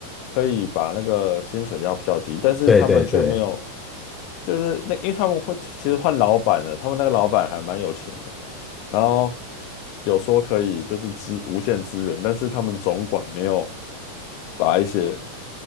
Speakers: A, on the left; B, on the left.
A: 可以把那个薪水压比较低，但是他们却没有，
B: 对对对，
A: 就是那因为他们会其实换老板了，他们那个老板还蛮有钱的，然后有说可以就是资无限资源，但是他们总管没有把一些